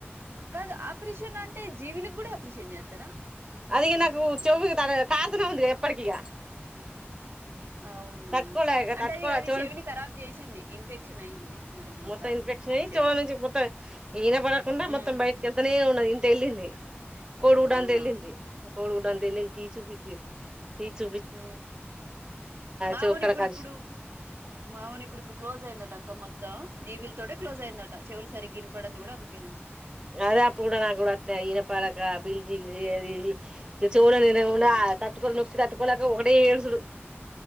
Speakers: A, on the right; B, on the right.
A: కాదు ఆపరేషన్ అంటే జీవునికి కూడా ఆపరేషన్ చేస్తారా
B: అదిక నాకు చెవు త కార్తనే ఉంది ఎప్పటికిక
A: అవునా
B: తట్టుకోలే
A: అంటే
B: తట్టుకో
A: అది అది
B: చెవు
A: చెవిని ఖరాబ్ చేసింది ఇన్ఫెక్షన్ అయింది దానికి మొత్తానికి
B: మొత్తం ఇన్ఫెక్షన్ అయ్యి
A: చెవి
B: చెవులు నుంచి మొత్తం ఇన పడకుండా
A: హ్మ్
B: మొత్తం బయటికిెళ్తనే ఉ ఇంత ఎళ్ళింది కోడుగుడ
A: అవునా
B: అంత ఎలింది కోడుగుడ అంత ఎల్లింది తీసి చూపిచ్చిరి తీచు
A: ఉ మా
B: చెవు
A: ఓనికి
B: కాడ
A: కూడా
B: కలిసి
A: ఇప్పుడు మా ఓనికి కూడా ఇప్పుడు క్లోజ్ అయిందట కమ్మత్త జీవులతోటే క్లోజ్ అయ్యిందట చెవులు సరి గీనపడింది కూడా అందు ఏందంట
B: అదే అప్పుడు కూడా నాకు కూడా అట్లే పాలక పిలిచి పిలిచి అది ఇక చూడలేనెమో
A: హ్మ్
B: అ తట్టుకున్ తట్టుకోలేక ఒకటే ఏడుసుడు.